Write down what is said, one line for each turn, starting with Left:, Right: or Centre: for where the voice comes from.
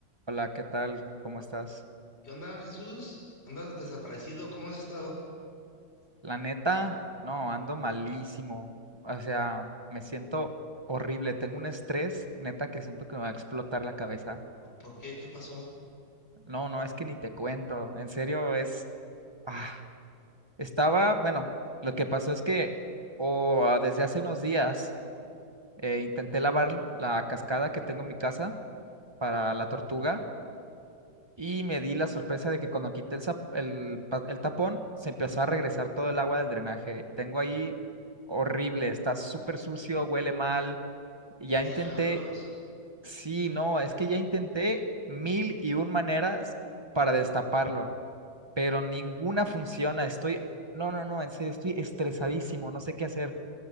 Right: Hola, ¿qué tal? ¿Cómo estás?
Left: ¿Qué onda, Jesús? ¿Andas desaparecido? ¿Cómo has estado?
Right: La neta, no, ando malísimo. O sea, me siento horrible. Tengo un estrés, neta, que siento que me va a explotar la cabeza.
Left: ¿Por qué? ¿Qué pasó?
Right: No, no, es que ni te cuento. En serio, es... Ah, estaba, bueno, lo que pasó es que o ah, desde hace unos días eh, intenté lavar la cascada que tengo en mi casa para la tortuga Y me di la sorpresa de que cuando quité el, zap- el, pa- el tapón, se empezó a regresar todo el agua del drenaje. Tengo ahí horrible, está súper sucio, huele mal. Ya intenté,
Left: Diablos.
Right: sí, no, es que ya intenté mil y un maneras para destaparlo, pero ninguna funciona. Estoy, no, no, no, en serio, estoy estresadísimo, no sé qué hacer.